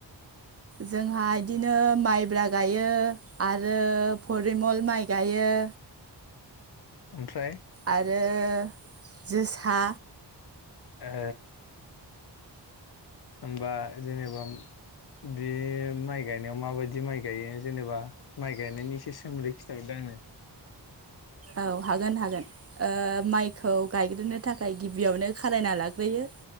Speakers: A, on the right; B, on the left.
A: जोंहा इदिनो माइब्रा गायो आरो फरिमल माइ गायो यो।
B: ओमफ्राय
A: आरो जोसा
B: ए होमबा जेनेबा बे माइ गायनायाव माबायदि माइ गायो जेनेबा माइ गायनायनि यिसे सोमदै खिथा दो आंनो
A: औ हागोन हागोन ओ माइखौ गायग्रोनो थाखाय गिबियावनो खारायना लाग्रोयो